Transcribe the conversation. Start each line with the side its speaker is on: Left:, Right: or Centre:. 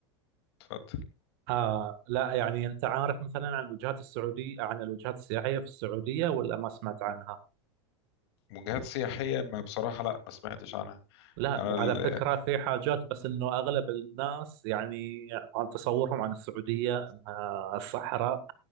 Left: اتفضل
Right: آه لا يعني انت عارف مثلا عن الوجهات السعودية عن الوجهات السياحية في السعودية ولا ما سمعت عنها؟
Left: وجهات سياحية ما بصراحة لا ما سمعتش عنها
Right: لا
Left: انا
Right: على
Left: ال...
Right: فكرة في حاجات بس انه اغلب الناس يعني عن تصورهم عن السعودية انها صحراء